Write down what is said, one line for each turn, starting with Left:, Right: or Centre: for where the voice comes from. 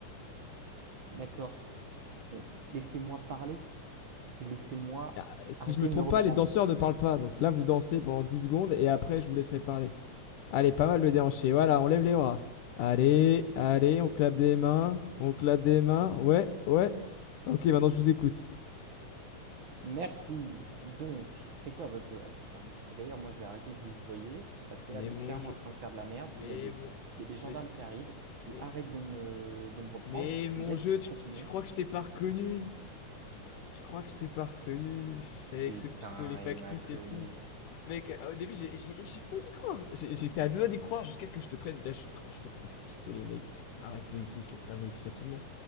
Right: d'accord. Mais laissez-moi parler et laissez-moi
Left: Ah, Si
Right: arrêter
Left: je me trompe
Right: de me reprendre.
Left: pas, les danseurs ne parlent pas. Donc là, vous dansez pendant 10 secondes et après, je vous laisserai parler. Allez, pas mal le déhanché. Voilà, on lève les bras. Allez, allez, on clappe des mains, on clappe des mains. Ouais, ouais. Ok, maintenant je vous écoute.
Right: Merci. Donc, c'est quoi votre jeu là, très clairement? Et d'ailleurs, moi, je vais arrêter de vous vous parce que
Left: Mais
Right: là, t'es
Left: mon
Right: clairement
Left: jeu,
Right: en train de faire de la merde.
Left: mais
Right: Il y a des,
Left: mon,
Right: il y a des gendarmes
Left: mais,
Right: qui arrivent. Tu
Left: mais,
Right: arrêtes de me, de me reprendre.
Left: mais
Right: Tu
Left: mon
Right: me laisses
Left: jeu, tu,
Right: continuer.
Left: tu crois que je t'ai pas reconnu? Tu crois que je t'ai pas reconnu avec
Right: Putain,
Left: ce pistolet factice
Right: il m'a connu.
Left: et tout? Mec, euh, au début, j'ai j'ai- j'ai failli y croire. J'ai- J'étais à deux doigts d'y croire jusqu'à que je te prenne. Déjà, je, te prends- je te prends ton pistolet, mec. Arrête, policier, se laisse pas voler si facilement.